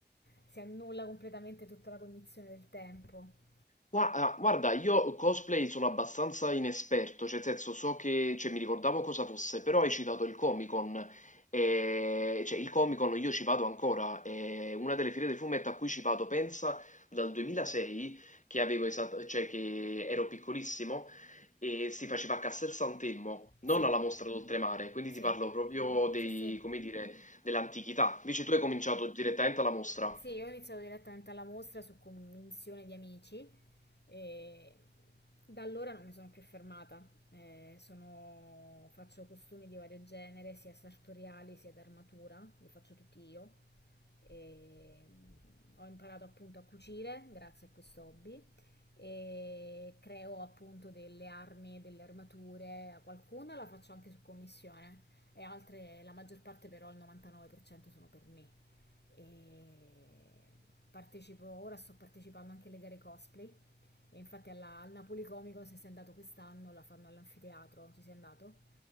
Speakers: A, on the left; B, on the left.
A: si annulla completamente tutta la cognizione del tempo.
B: Gua ah, guarda, io cosplay sono abbastanza inesperto, cioè, nel senso, so che, cioè, mi ricordavo cosa fosse, però hai citato il Comic-Con, e, cioè, il Comic-Con io ci vado ancora, è una delle fiere del fumetto a cui ci vado, pensa, dal 2006, che avevo esat- cioè, che ero piccolissimo, e si faceva a Castel Sant'Elmo, non
A: Sì,
B: alla mostra d'oltremare, quindi
A: sì,
B: ti parlo proprio dei,
A: sì, sì.
B: come dire, dell'antichità, invece tu hai cominciato direttamente alla mostra.
A: Sì, io ho iniziato direttamente alla mostra su convinzione di amici e da allora non mi sono più fermata. Eh, sono- faccio costumi di vario genere, sia sartoriali sia d'armatura, li faccio tutti io. E, mm, ho imparato appunto a cucire grazie a questo hobby e creo appunto delle armi, delle armature, a qualcuna la faccio anche su commissione e altre, la maggior parte però il 99% sono per me e partecipo, ora sto partecipando anche alle gare cosplay e infatti alla, al Napoli Comico se sei andato quest'anno la fanno all'anfiteatro, ci sei andato?